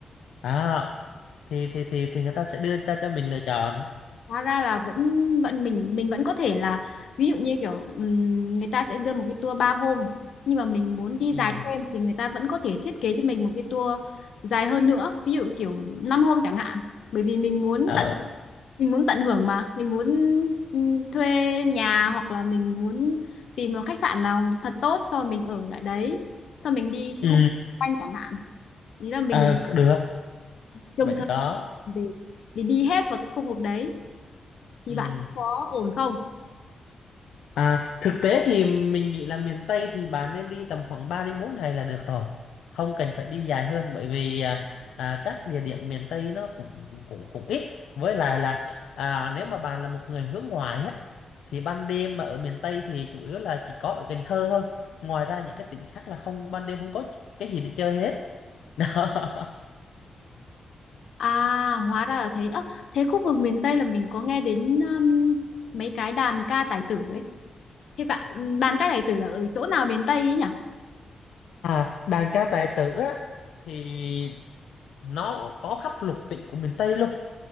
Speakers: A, on the left (about 80°); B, on the left (about 70°).
A: đó thì thì thì thì người ta sẽ đưa ra cho mình lựa chọn
B: hóa ra là vẫn vẫn mình mình vẫn có thể là ví dụ như kiểu ừm, người ta sẽ đưa một cái tour ba hôm nhưng mà mình muốn đi
A: ừ
B: dài thêm thì người ta vẫn có thể thiết kế cho mình một cái tour dài hơn nữa ví dụ kiểu 5 hôm chẳng hạn bởi vì mình muốn
A: ờ
B: tận mình muốn tận hưởng mà mình muốn ừm, thuê nhà hoặc là mình muốn tìm một khách sạn nào thật tốt sau rồi mình ở lại đấy sau mình đi
A: ừ
B: cái khu vực quanh chẳng hạn ý là mình
A: ờ được
B: dùng
A: vẫn
B: thời
A: có
B: gian để để đi hết vào cái khu vực đấy thì
A: ừ
B: bạn có ổn không?
A: À, thực tế thì mình nghĩ là miền Tây thì bạn nên đi tầm khoảng 3 đến 4 ngày là được rồi. Không cần phải đi dài hơn bởi vì à, à, các địa điểm miền Tây nó cũng cũng cũng ít. Với lại là à, nếu mà bạn là một người hướng ngoại á thì ban đêm mà ở miền Tây thì chủ yếu là chỉ có ở Cần Thơ thôi. Ngoài ra những cái tỉnh khác là không ban đêm không có cái gì để chơi hết. <laughs> Đó.
B: À, hóa ra là thế. Ơ, thế khu vực miền Tây là mình có nghe đến um, mấy cái đàn ca tài tử ấy. Thế bạn đàn ca tài tử là ở chỗ nào miền Tây ấy nhỉ?
A: À, đàn ca tài tử á thì nó có khắp lục tỉnh của miền Tây luôn.